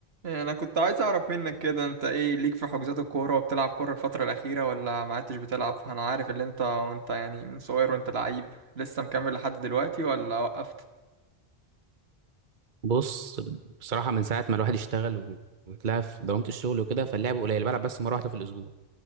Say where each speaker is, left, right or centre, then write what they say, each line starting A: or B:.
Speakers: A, on the right (about 75°); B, on the right (about 50°).
A: انا كنت عايز اعرف منك كده انت ايه ليك في حجوزات الكوره وبتلعب كوره الفتره الاخيره ولا ما عدتش بتلعب انا عارف ان انت وانت يعني من صغير وانت لعيب لسه مكمل لحد دلوقتي ولا وقفت
B: بص بصراحة من ساعة ما الواحد اشتغل و- وتلاقى في دوامة الشغل وكده فاللعب قليل بلعب بس مرة واحدة في الأسبوع